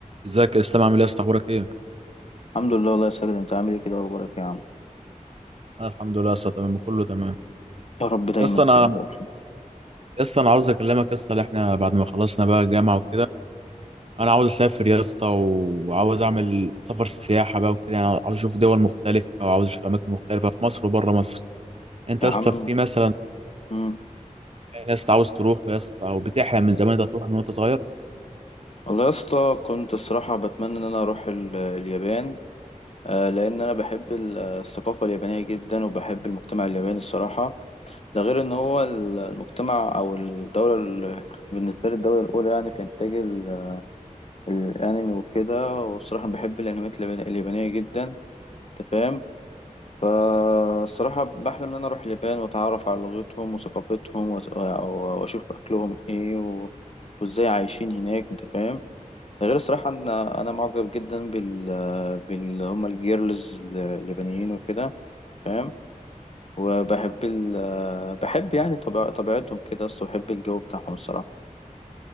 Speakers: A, on the right (about 50°); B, on the left (about 50°).
A: ازيك يا اسلام عامل ايه يا اسطى اخبارك ايه
B: الحمد لله والله يا ساجد انت عامل ايه كده اخبارك يا عم
A: انا الحمد لله يا اسطى تمام كله تمام
B: يا رب دايما
A: يا اسطى انا
B: كده تبقى بخير
A: يا اسطى انا عاوز اكلمك يا اسطى اللي احنا بعد ما خلصنا بقى الجامعه وكده انا عاوز اسافر يا اسطى و- وعاوز اعمل سفر سياحه بقى وكده يعني عاوز اشوف دول مختلفه وعاوز اشوف اماكن مختلفه في مصر وبره مصر انت
B: يا
A: يا
B: عم
A: اسطى في مثلا
B: مم.
A: ناس عاوز تروح يا اسطى او بتحلم من زمان انت تروح من وانت صغير
B: والله يا اسطى كنت الصراحة بتمنى ان انا اروح ال- اليابان آه، لان انا بحب ال- الثقافة اليابانية جدا وبحب المجتمع الياباني الصراحة ده غير ان هو ال- المجتمع او الدولة ال- بالنسبة لي الدولة الاولى يعني في انتاج ال- الانمي وكده والصراحة بحب الانميات اليابان- اليابانية جدا انت فاهم فالصراحة بحلم إن أنا أروح اليابان وأتعرف على لغتهم وثقافتهم وز- و- وأشوف أكلهم إيه و... وإزاي عايشين هناك أنت فاهم ده غير الصراحة إن أنا معجب جدا بال بال هما الجيرلز اليابانيين وكده فاهم وبحب ال... بحب يعني طبيع... طبيعتهم كده أصل بحب الجو بتاعهم الصراحة